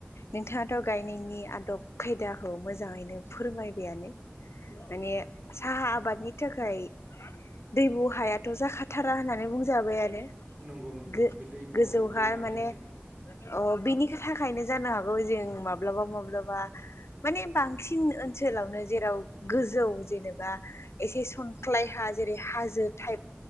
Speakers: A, on the left; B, on the right.
A: नोंथाङाथ' गायनायनि आदब खायदाखौ मोजाङैनो फोरमायबायानो।
B: उम।
A: माने साहा आबादनि थाखाय दैबु हायाथ' जाखाथारा होननानै बुंजाबायानो।
B: नंगौ नंगौ
A: गो-गोजौहाय
B: बे दैबु हायाव दै थानाय
A: माने
B: जायगा।
A: अ बेनि थाखायनो जानो हागौ जों माब्लाबा माब्लाबा माने बांसिन ओनसोलावनो जेराव गोजौ जेनेबा एसे सनख्लाय हा जेरै हाजो टाइप